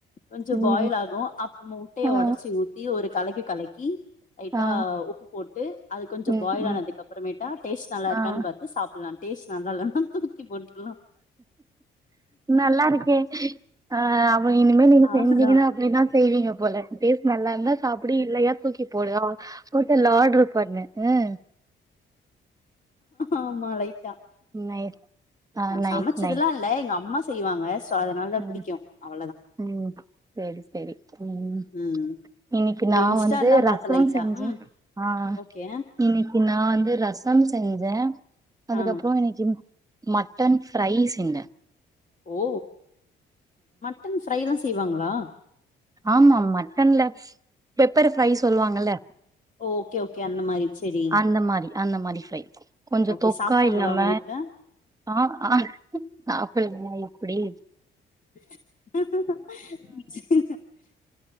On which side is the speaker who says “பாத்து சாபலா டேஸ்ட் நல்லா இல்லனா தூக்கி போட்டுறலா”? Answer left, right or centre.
Left